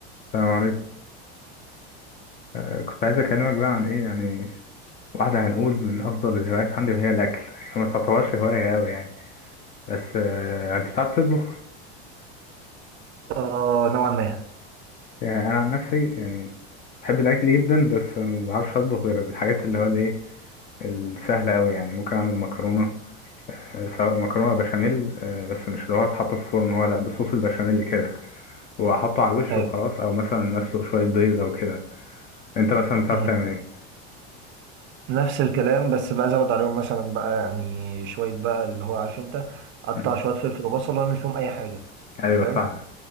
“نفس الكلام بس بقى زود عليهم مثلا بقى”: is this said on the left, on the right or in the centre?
Right